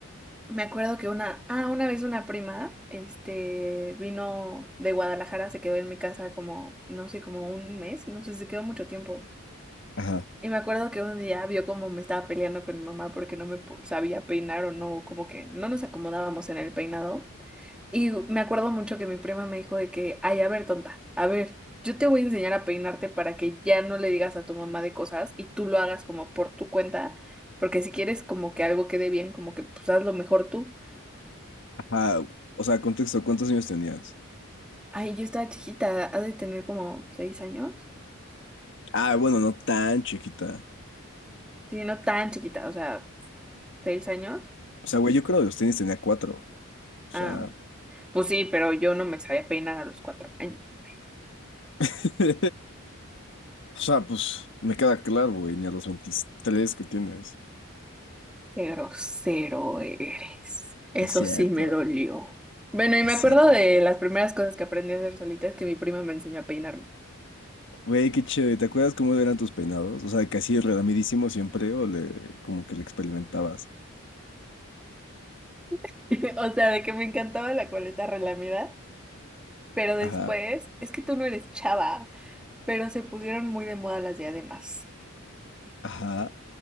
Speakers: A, in the centre; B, on the left.
A: me acuerdo que una, ah, una vez una prima, este, vino de Guadalajara, se quedó en mi casa como, no sé, como un mes, no sé, se quedó mucho tiempo.
B: Ajá.
A: Y me acuerdo que un día vio cómo me estaba peleando con mi mamá porque no me po- sabía peinar o no, como que no nos acomodábamos en el peinado. Y me acuerdo mucho que mi prima me dijo de que, ay, a ver, tonta, a ver, yo te voy a enseñar a peinarte para que ya no le digas a tu mamá de cosas y tú lo hagas como por tu cuenta, porque si quieres como que algo quede bien, como que pues hazlo mejor tú.
B: Ajá. O sea, contexto, ¿cuántos años tenías?
A: Ay, yo estaba chiquita, ha de tener como seis años.
B: Ah, bueno, no tan chiquita.
A: Sí, no tan chiquita, o sea, seis años.
B: O sea, güey, yo creo que los tenis tenía cuatro. O
A: Ah,
B: sea,
A: pues sí, pero yo no me sabía peinar a los cuatro años.
B: <laughs> o sea, pues me queda claro, güey, ni a los 23 que tienes.
A: Qué grosero eres. Eso
B: No Es cierto,
A: sí me
B: no
A: dolió. Bueno, y
B: es
A: me acuerdo
B: cierto.
A: de las primeras cosas que aprendí a hacer solita es que mi prima me enseñó a peinarme.
B: Güey, qué chévere. ¿Te acuerdas cómo eran tus peinados? O sea, de que así siempre o le, como que le experimentabas.
A: <laughs> O sea, de que me encantaba la coleta relamida, pero después,
B: Ajá,
A: es que tú no eres chava, pero se pusieron muy de moda las diademas.
B: ajá.